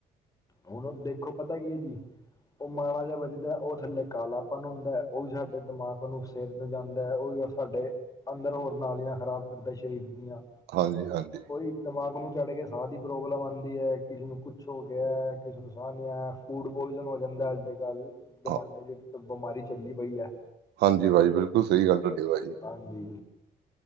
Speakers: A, on the left (about 20°); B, on the right (about 80°).
A: ਹੁਣ ਦੇਖੋ ਪਤਾ ਕੀ ਹੈ ਜੀ ਉਹ ਮਾੜਾ ਜਿਹਾ ਵੱਜਦਾ ਉਹ ਥੱਲੇ ਕਾਲਾਪਨ ਹੁੰਦਾ ਹੈ ਉਹ ਵੀ ਸਾਡੇ ਦਿਮਾਗ ਨੂੰ ਰੇਲ ਅਦਰ ਜਾਂਦੈ ਉਹਹੀ ਸਾਡੇ ਅੰਦਰ ਹੋਰ ਨਾਲੀਆਂ ਖ਼ਰਾਬ ਕਰਦਾ ਸਰੀਰ ਦੀਆਂ।
B: ਹਾਂਜੀ-ਹਾਂਜੀ
A: ਕੋਈ ਦਿਮਾਗ ਨੂੰ ਚੜ੍ਹ ਕੇ ਸਾਹ ਦੀ ਪ੍ਰੋਬਲਮ ਆਉਂਦੀ ਹੈ ਕਿਸੇ ਨੂੰ ਕੁਛ ਹੋ ਗਿਆ ਕਿਸੇ ਨੂੰ ਸਾਹ ਨਹੀਂ ਆਇਆ। ਫੂਡ ਪੋਇਜ਼ਨ ਹੋ ਜਾਂਦਾ ਅੱਜ-ਕੱਲ ਜ਼ਮਾਨੇ
B: ਹਾਂ-
A: ਚ ਬਿਮਾਰੀ ਚੱਲੀ ਪਈ ਹੈ।
B: ਹਾਂਜੀ ਭਾਜੀ ਬਿਲਕੁਲ ਸਹੀ ਗੱਲ ਤੁਹਾਡੀ ਭਾਜੀ।
A: ਹਾਂਜੀ